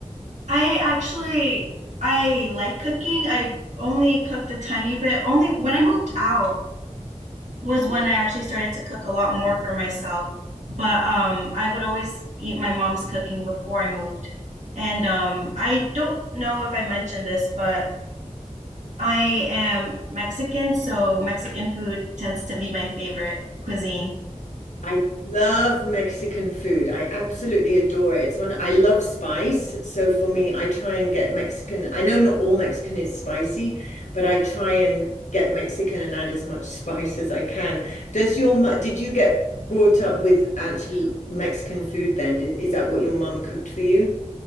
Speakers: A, on the right (about 75°); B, on the left (about 70°).
A: I actually I like cooking. I've only cooked a tiny bit. Only when I moved out was when I actually started to cook a lot more for myself. But um I would always eat my mom's cooking before I moved. And um I don't know if I mentioned this, but I am Mexican, so Mexican food tends to be my favorite cuisine.
B: I love Mexican food. I absolutely adore it. It's one I love spice. So for me, I try and get Mexican. I know not all Mexican is spicy, but I try and get Mexican and add as much <laughs> spice as I can. Does your mu- did you get brought up with actual Mexican food then? Did, is that what your mum cooked for you?